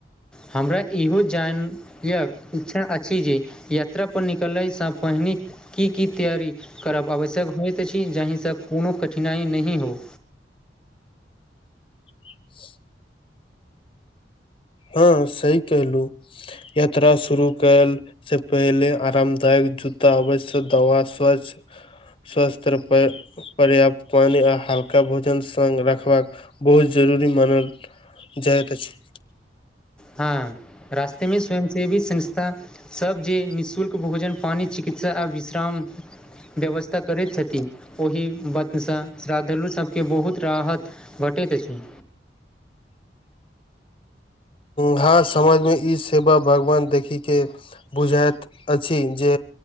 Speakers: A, in the centre; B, on the left (about 30°).
A: हमरा इहो जान य इच्छा अछि जे यात्रा परर निकलयसँ पहिने की की तैयरी करब आवश्यक होइत अछि जाहिसँ कोनो कठिनाइ नहि हो
B: <unintelligible> हँ सही कलहुँ यात्रा शुरू कयल से पहिले आरामदायक जूता अवश्य दवा स्वच्छ स्वास्थ्य पर पर्याप्त पानी आ हल्का भोजन स रखबाक बहुत जरूरी मानल जायत छै
A: हँ रास्ते मे स्वयं सेवी संस्था सभ जे निःशुल्क भोजन पानि चिकित्सा आ विश्राम व्यवस्था करैत छथिन ओहि वतसँ श्रद्धालु सभके बहुत राहत भटैत अछि
B: हँ समझमे ई सेवा भगवान देखिक के बुझाइत अछि जे